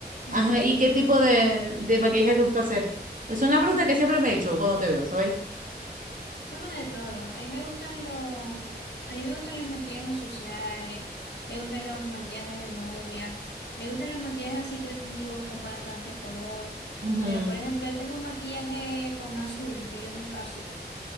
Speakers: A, on the left (about 85°); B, on the right (about 50°).
A: Ujú.
B: Ajá, ¿y qué tipo de, de maquillaje te gusta hacer? Es una pregunta que siempre me he hecho cuando te veo, ¿sabéis?
A: Chama de todo. A mí me gustan los, a mí me gustan los maquillajes sociales, me gustan los maquillajes de novia, me gustan los maquillajes así creativos con bastante color.
B: Ujú,
A: Pero por ejemplo, ahí tengo un maquillaje con azul que yo nunca asumí.